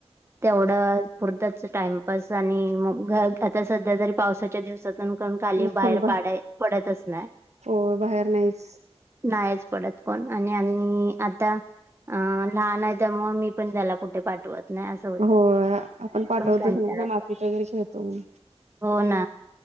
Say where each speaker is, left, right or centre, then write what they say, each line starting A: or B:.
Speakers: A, on the right (about 25°); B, on the right (about 85°).
A: तेवढं पुरतच टाइमपास आणि मग आता सध्या जरी पावसाच्या दिवसातूनण खाली
B: मुकुल
A: बाहेर
B: बा
A: पाडा पडतच नाही
B: हो बाहेर नाहीच
A: नाहीच पडत कोण आणि आणि आता अ लहान आहे त्यामु मी पण त्याला कुठे पाठवत नाही असं होतं
B: हो आपण पाठवतच
A: पण कंटाळा
B: नाही ना
A: येतो.
B: मातीत वगैरे खेळतो म
A: हो ना